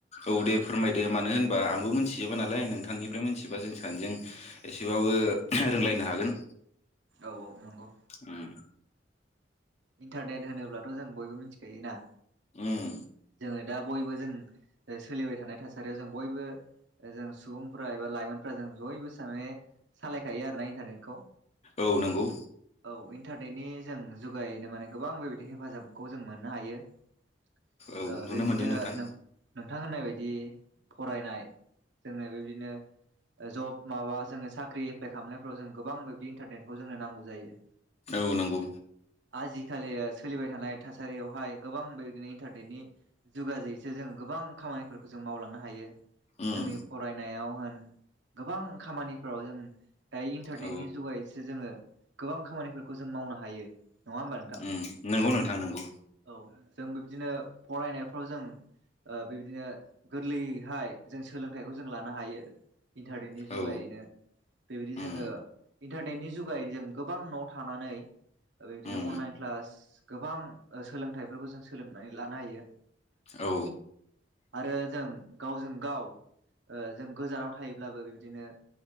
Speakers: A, on the left; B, on the right.
A: औ दे फोरमायदो मानो होनबा आंबो मिथिजोबा नालाय नोंथांनिफ्राय मिथिबा जों सानैजों एसेबाबो रोंलायनो हागोन।
B: औ औ नंगौ।
A: उम
B: इन्टारनेट होनोब्लाथ' जों बयबो मिथिखायो ना?
A: उम
B: ओ दा बयबो जों ओ सोलिबाय थानाय थासारियाव जों बयबो ओ जों सुबुंफ्रा एबा लाइमोनफ्रा जों जयबो <unintelligible> सालायखायो आरोना इन्टारनेटखौ।
A: औ नंगौ।
B: औ इन्टारनेटनि जों जुग गायैनो माने गोबां बेबायदि हेफाजाबखौ जों मोननो हायो। ओ
A: औ नुनो
B: बेबायदिनो
A: मोनदों नोंथां।
B: नों नोंथां होननाय बायदि फरायनाय जोंना बेबायदिनो ओ ज'ब माबा जोङो साख्रि एप्लाय खालामनायफ्राव जों गोबां बेबायदि इन्टारनेटखौ जोंनो नांगौ जायो।
A: औ नंगौ।
B: आजि खालि ओ सोलिबाय थानाय थासारियावहाय गोबां बेबायदिनो इन्टारनेटनि जुगाजैसो जों गोबां खामानिफोरखौ जों मावलांनो हायो।
A: उम
B: जोंनि फरायनायाव होन गोबां खामानि फोराव जों दायो इन्टारनेटनि
A: औ
B: जुगायैसो जोङो गोबां खामानिफोरखौ जों मावनो हायो। नङा होमबा नोंथां
A: उम नंगौ नोंथां नंगौ।
B: औ जों बिब्दिनो फरायनायफ्राव जों ओ बिबादिनो गोरलैयैहाय जों सोलोंथाइखौ जों लानो हायो। इन्टारनेटनि
A: औ
B: जुगायैनो बेबादि
A: उम
B: जोङो इन्टारनेटनि जुगायै जों गोबां न'आव थानानै बेबायदिनो
A: उम
B: अनलाइन क्लास गोबां ओ सोलोंथाइफोरखौ जों सोलोंनानै लानो हायो।
A: औ
B: आरो जों गावजोंगाव ओ जों गोजावनाव थायोब्लाबो बिदिनो